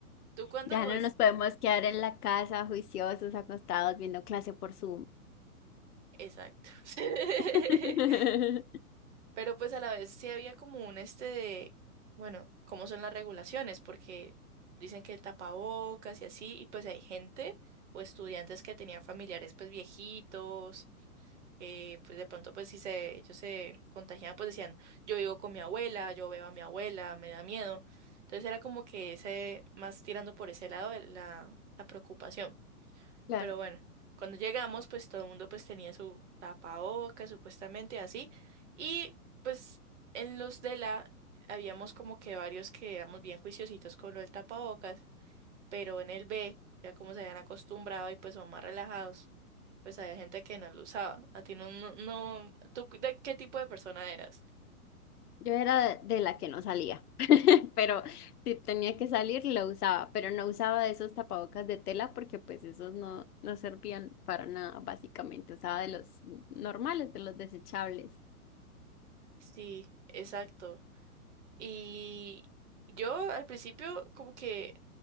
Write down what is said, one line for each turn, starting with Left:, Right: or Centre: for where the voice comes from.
Right: ¿Tú cuándo
Left: Ya no
Right: es?
Left: nos podemos quedar en la casa juiciosos, acostados, viendo clase por Zoom.
Right: Exacto. <laughs>
Left: <laughs>
Right: Pero pues a la vez sí había como un este de, bueno, ¿cómo son las regulaciones? Porque dicen que el tapabocas y así, y pues hay gente o estudiantes que tenían familiares pues viejitos eh, pues de pronto, pues si se, ellos se contagiaban, pues decían, yo vivo con mi abuela, yo veo a mi abuela, me da miedo. Entonces era como que ese, más tirando por ese lado de la, la preocupación.
Left: Claro.
Right: Pero bueno, cuando llegamos, pues todo el mundo pues tenía su tapabocas, supuestamente así. Y pues en los de la, habíamos como que varios que éramos bien juiciositos con lo del tapabocas pero en el B, ya como se habían acostumbrado y pues son más relajados, pues había gente que no lo usaba. A ti no, no, no, ¿tú de qué tipo de persona eras?
Left: Yo era de la que no salía, <laughs> pero si tenía que salir lo usaba, pero no usaba esos tapabocas de tela porque pues esos no, no servían para nada, básicamente. Usaba de los normales, de los desechables.
Right: Sí, exacto. Y yo al principio como que